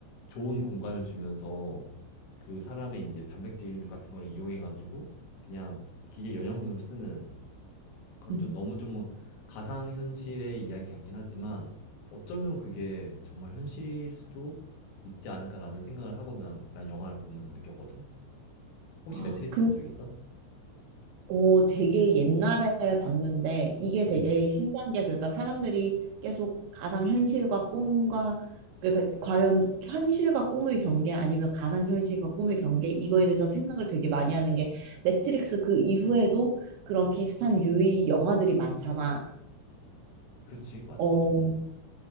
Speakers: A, on the left (about 80°); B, on the right (about 75°).
A: 좋은 공간을 주면서 그 사람의 이제 단백질 같은 걸 이용해가지고 그냥 기계 영양분으로 쓰는 그럼
B: 음.
A: 좀 너무 좀 가상 현실의 이야기 같긴 하지만 어쩌면 그게 정말 현실일 수도 있지 않을까라는 생각을 하고 난, 난 영화를 보면서 느꼈거든? 혹시
B: 아,
A: 매트리스
B: 근,
A: 본 적 있어?
B: 어, 되게 옛날에 봤는데 이게
A: 음,
B: 되게 신기한 게 그러니까 사람들이 계속 가상현실과 꿈과 그러니까 과연 현실과 꿈의 경계 아니면 가상현실과 꿈의 경계 이거에 대해서 생각을 되게 많이 하는 게 매트릭스 그 이후에도 그런 비슷한 유의 영화들이 많잖아.
A: 그치, 맞아,
B: 어,
A: 맞아, 음.